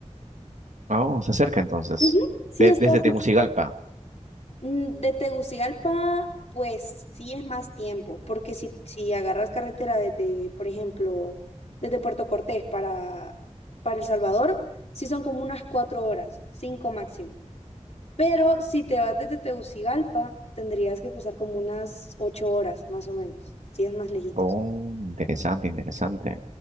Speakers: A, on the right; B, on the left.
A: Oh, se acerca entonces.
B: Ujú, Sí,
A: De-
B: estás
A: desde Tegucigalpa.
B: mm, de Tegucigalpa, pues sí es más tiempo, porque si, si agarras carretera desde, por ejemplo, desde Puerto Cortés para, para El Salvador, sí son como unas 4 horas, 5 máximo. Pero si te vas desde Tegucigalpa, tendrías que pasar como unas 8 horas, más o menos, si es más lejitos.
A: Oh, interesante, interesante.